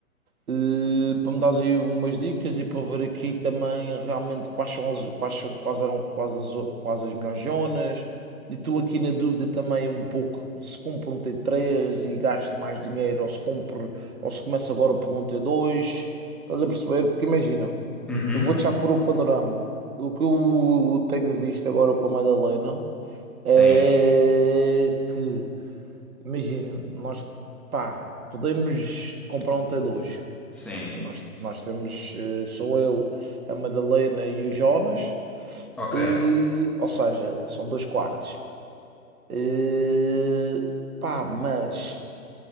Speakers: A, on the right (about 75°); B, in the centre.
A: eh, para me dares aí umas dicas e para ver aqui também realmente quais são as, quais são, quais eram quais as, o- quais as melhores zonas. E estou aqui na dúvida também um pouco se compro um t três e gasto mais dinheiro ou se compro ou se começo agora por um t dois Estás a perceber? Porque imagina,
B: Uhum.
A: eu vou-te já pôr o panorama. O que eu tenho visto agora com a Madalena é
B: Sim,
A: que, imagina, nós, pá, podemos comprar um t dois
B: sim.
A: nós, nós temos, eh, sou eu, a Madalena e o Jonas,
B: Ok,
A: eh, ou seja, são dois quartos. Eh, pá, mas